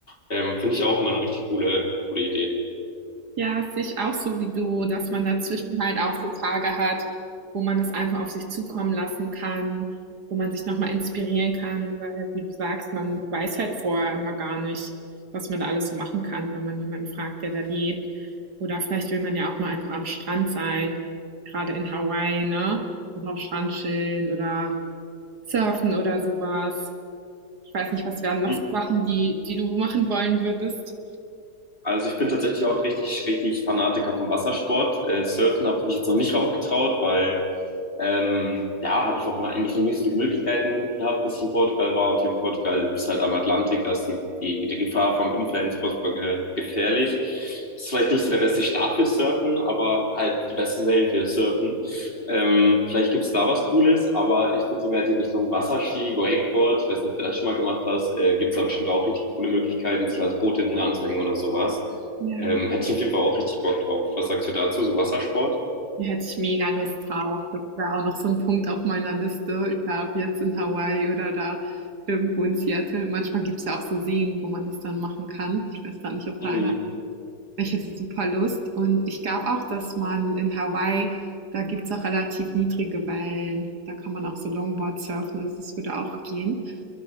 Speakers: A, on the left; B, on the right.
A: Ähm, finde ich auch immer eine richtig coole, coole Idee.
B: Ja, sehe ich auch so wie du, dass man dazwischen halt auch so Tage hat, wo man das einfach auf sich zukommen lassen kann, wo man sich noch mal inspirieren kann, weil, wie du sagst, man weiß halt vorher immer gar nicht, was man da alles so machen kann, wenn man niemanden fragt, der da lebt. Oder vielleicht will man ja auch mal einfach am Strand sein, gerade in Hawaii, ne? Einfach am Strand chillen oder surfen oder sowas. Ich weiß nicht, was wären
A: Mhm.
B: noch so Sachen, die, die du machen wollen würdest?
A: Also ich bin tatsächlich auch ein richtig, richtig Fanatiker vom Wassersport. Äh, Surfen habe ich mich jetzt noch nicht raufgetraut, weil ähm, ja, habe ich auch eigentlich noch nicht so die Möglichkeiten gehabt, bis ich in Portugal war. Und hier in Portugal ist halt am Atlantik, da ist die, die, die Gefahr vom Unfällen ist furchtbar ge gefährlich. Ist vielleicht nicht so der beste Start für Surfen, aber halt die besten Wellen für Surfen. Ähm, vielleicht gibt's da was Cooles, aber ich bin so mehr die Richtung Wasserski, Wakeboard. Ich weiß nicht, ob du das schon mal gemacht hast. Äh, gibt's da bestimmt auch richtig coole Möglichkeiten, sich ans Boot hinten ranzuhängen oder sowas.
B: Ja.
A: Ähm, hätte ich auf jeden Fall auch richtig Bock drauf. Was sagst du dazu, so Wassersport?
B: Da hätte ich mega Lust drauf. Das wäre auch noch so ein Punkt auf meiner Liste, egal ob jetzt in Hawaii oder da irgendwo in Seattle. Manchmal gibt es ja auch so Seen, wo man das dann machen kann. Ich weiß gar nicht, ob
A: Mhm.
B: da einer ich hätte super Lust und ich glaube auch, dass man in Hawaii da gibt's auch relativ niedrige Wellen. Da kann man auch so Longboard surfen, also, es würde auch gehen,